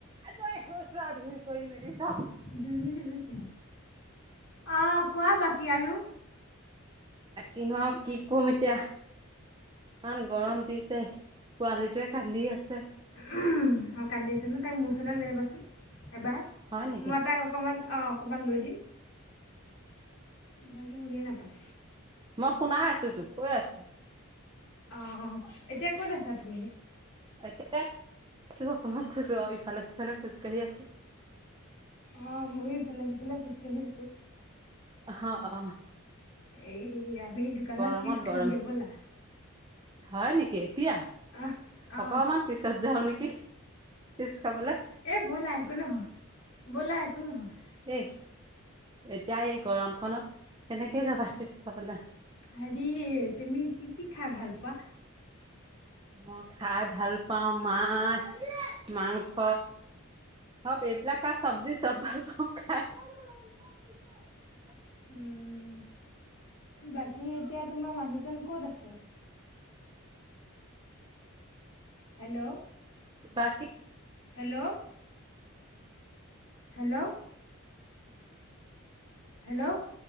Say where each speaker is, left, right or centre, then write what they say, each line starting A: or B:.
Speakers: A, on the right; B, on the left.
A: আজৰি হৈছো আৰু ধুই কৰি মেলি। চব
B: দুই মিনিট হৈছে। অঁ, কোৱা বাকী আৰু?
A: কিনো আৰু কি কম এতিয়া। ইমান গৰম দিছে। পোৱালিটোৱে কান্দি আছে।
B: <unintelligible> অ', কান্দি আছে ন'। তাক মোৰ ওচৰলৈ লৈ আহিবাচোন এবাৰ
A: হয় নেকি
B: মই তাক অকণমান অ অকণমান লৈ দিম। ভালকে শুনিয়ে নাপায়।
A: মই শুনাই আছো তো, কৈ আছো।
B: অঁ, এতিয়া ক'ত আছা তুমি?
A: এতিয়া <unintelligible> আছো অকমান খোজ, অঁ ইফালে সিফালে খোজকাঢ়ি আছোঁ।
B: অ', ময়ো ইফালে সিফালে খোজকাঢ়ি আছোঁ।
A: অহ, অহ।
B: এই আমি দোকানত
A: গৰমত
B: চিপছ খাওঁগে
A: গৰমে
B: ব'লা।
A: হয় নেকি, এতিয়া?
B: আহ। অ',
A: অকমান পিছত যাওঁ নেকি। কি? চিপছ খাবলে
B: এই ব'লা একো নহয়। ব'লা একো নহয়।
A: এই এতিয়া এই গৰমখনত কেনেকে যাবা চিপছ খাবলে?
B: হেৰি, তুমি কি কি খাই ভাল পোৱা?
A: মই খাই ভাল পাওঁ মাছ মাং স চব এইবিলাক। আৰু চবজি চব ভাল <unintelligible>
B: উম, বাকী এতিয়া তোমাৰ মানুহজন ক'ত আছে? হেল্ল'?
A: বাকী
B: হেল্ল'? হেল্ল'? হেল্ল'?